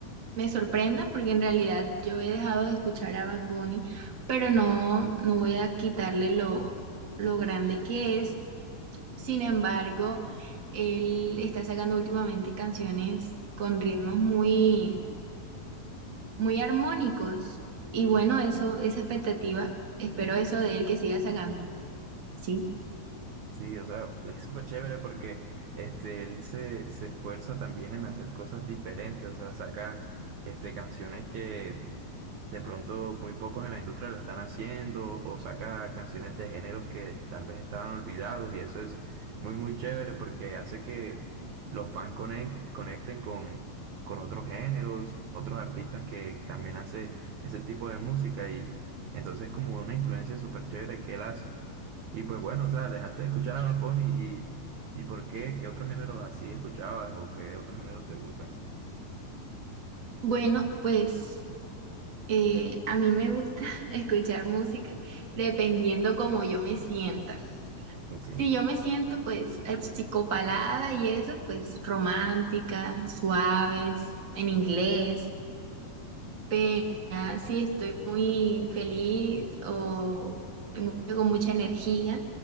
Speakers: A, on the right; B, on the right.
A: me sorprenda porque en realidad yo he dejado de escuchar a Bad Bunny, pero no, no voy a quitarle lo, lo grande que es. Sin embargo, él está sacando últimamente canciones con ritmos muy, muy armónicos. Y bueno, eso, esa expectativa, espero eso de él que siga sacando. Sí.
B: Sí, o sea, es súper chévere porque este, él se, se esfuerza también en hacer cosas diferentes, o sea, saca este, canciones que de pronto muy pocos en la industria lo están haciendo o saca canciones de géneros que tal vez estaban olvidados y eso es muy muy chévere porque hace que los fans conec- conecten con, con otros géneros, otros artistas que también hace ese tipo de música y entonces como una influencia súper chévere que él hace. Y pues bueno, o sea, dejaste de escuchar a Bad Bunny y, y ¿por qué? ¿Qué otros géneros así escuchabas o qué otros géneros te gustan?
A: Bueno, pues eh, a mí me gusta <laughs> escuchar música dependiendo cómo yo me sienta.
B: Ok.
A: Si yo me siento pues achicopalada y eso, pues romántica, suaves, en inglés, pero ya si estoy muy feliz o mu- con mucha energía,